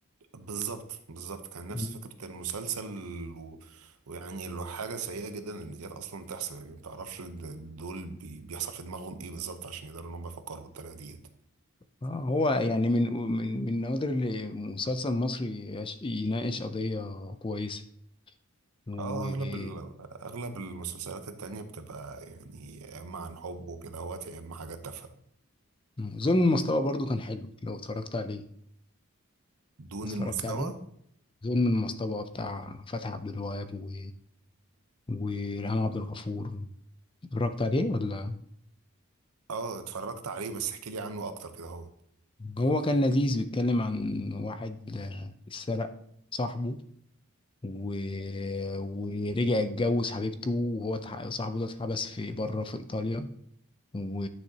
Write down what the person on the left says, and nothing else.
مم.
آه، هو يعني من من من النوادر اللي مسلسل مصري يش- يناقش قضية كويسة و
ظلم المصطبة برضو كان حلو لو اتفرجت عليه
اتفرجت
عليه ظلم المصطبة بتاع فتحي عبد الوهاب و... وريهام عبد الغفور اتفرجت عليه ولا
هو كان لذيذ بيتكلم عن واحد آه، سرق صاحبه و... ورجع اتجوز حبيبته وهو اتح- صاحبه ده اتحبس في بره في ايطاليا و...